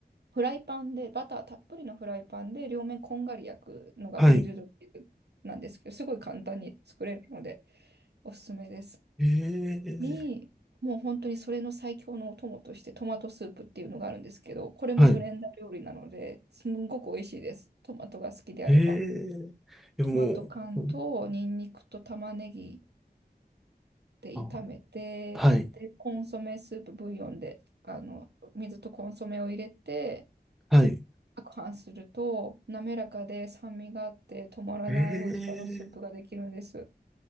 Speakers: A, on the right (about 80°); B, in the centre.
A: フライパンで、バターたっぷりのフライパンで両面こんがり焼くのがグリルドビーフなんですけど、
B: はい。
A: すごい簡単に作れるので、おすすめです。
B: えー、
A: に、もう本当にそれの最強のお供としてトマトスープっていうのがあるんですけど、これもブレンダー料理なので、
B: はい。
A: すんごく美味しいです。トマトが好きであれば。
B: えー、いやもう、
A: トマト缶とニンニクと玉ねぎで炒めて、
B: あ、はい。
A: で、コンソメスープブイヨンで、あの、水とコンソメを入れて、
B: はい。
A: 攪拌すると滑らかで酸味があって止まらない美味しさのスープができるんです。
B: ええ